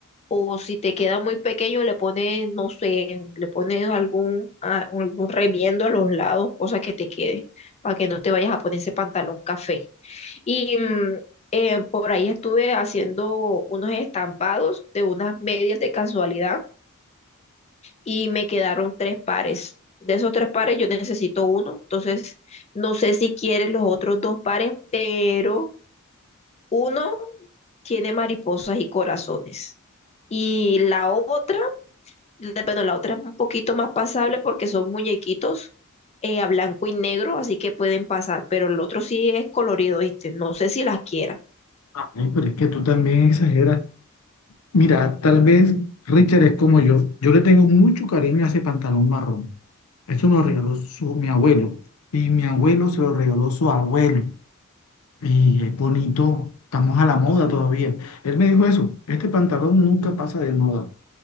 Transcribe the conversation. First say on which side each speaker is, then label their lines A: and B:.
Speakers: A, on the left; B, on the left.
A: o si te queda muy pequeño, le pones, no sé, le pones algún, a- algún remiendo a los lados, cosa que te quede, para que no te vayas a poner ese pantalón café. Y mm, eh, por ahí estuve haciendo unos estampados de unas medias de casualidad y me quedaron tres pares. De esos tres pares yo necesito uno, entonces no sé si quieres los otros dos pares, pero uno tiene mariposas y corazones. Y la otra, la- bueno, la otra es un poquito más pasable porque son muñequitos eh, a blanco y negro, así que pueden pasar, pero el otro sí es colorido, ¿viste? No sé si las quieras.
B: Ay, pero es que tú también exageras. Mira, tal vez Richard es como yo. Yo le tengo mucho cariño a ese pantalón marrón. Eso me lo regaló su, mi abuelo. Y mi abuelo se lo regaló su abuelo. Y es bonito, estamos a la moda todavía. Él me dijo eso, este pantalón nunca pasa de moda.